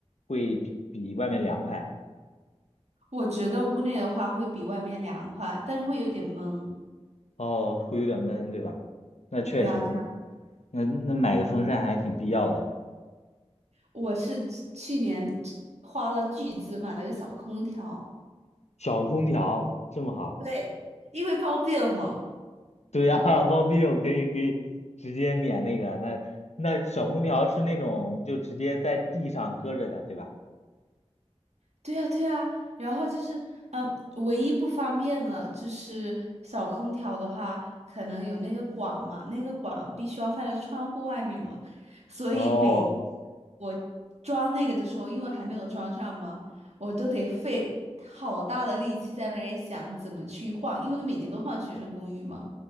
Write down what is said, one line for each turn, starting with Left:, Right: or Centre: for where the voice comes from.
Left: 会比比外面凉快啊？
Right: 我觉得屋内的话会比外面凉快，但是会有点闷。
Left: 哦，会有点闷，对吧？那确实，
Right: 对啊。对啊
Left: 那那买个风扇还挺必要的，
Right: 我是去去年花了巨资买了个小空调，
Left: 小空调这么好。
Right: 对，因为方便嘛。
Left: <laughs> 对呀，<laughs> 包庇我可以可以直接免那个，那那小空调是那种就直接在地上搁着的，对吧？
Right: 对呀，对呀。然后就是，嗯，唯一不方便的就是小空调的话，可能有那个管嘛，那个管必须要放在窗户外面嘛，所以每
Left: 哦
Right: 我装那个的时候，因为还没有装上嘛，我都得费好大的力气在那里想怎么去换，因为每年都换学生公寓嘛。